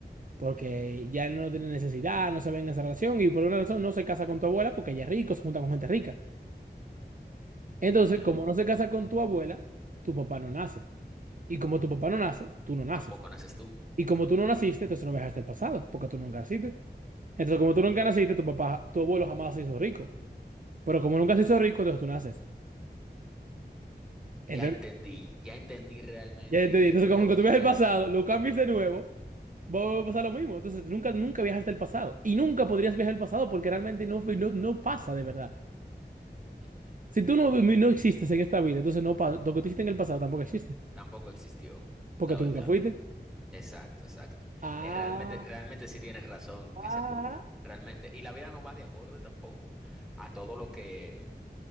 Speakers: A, on the right; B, in the centre.
A: porque ya él no tiene necesidad, no se ve en esa relación y por una razón no se casa con tu abuela porque ella es rico, se junta con gente rica. Entonces,
B: Mm,
A: como no se casa con tu abuela, tu papá no nace. Y como tu papá no nace, tú no naces.
B: Tampoco naces tú.
A: Y como tú no naciste, entonces no viajaste el pasado, porque tú nunca naciste. Entonces, como tú nunca naciste, tu papá, tu abuelo jamás se hizo rico. Pero como nunca se hizo rico, entonces tú naces. ¿Entendés?
B: Ya entendí, ya entendí realmente
A: Ya entendí.
B: y
A: Entonces,
B: voy
A: como
B: a,
A: que tú
B: y
A: viajas
B: ya,
A: el pasado,
B: sí,
A: lo cambias de nuevo, va a pasar lo mismo. Entonces, nunca, nunca viajaste el pasado. Y nunca podrías viajar el pasado porque realmente no, fue- no, no pasa de verdad.
B: ujú,
A: Si tú no, no existes en esta vida, entonces no pasa. Lo que tú hiciste en el pasado tampoco existe,
B: Tampoco existió,
A: porque
B: la
A: tú
B: verdad.
A: nunca fuiste.
B: Exacto, exacto.
A: Ah.
B: Es realmente, realmente sí tienes razón
A: Ah,
B: en ese punto, realmente. Y la vida no va de acorde tampoco a todo lo que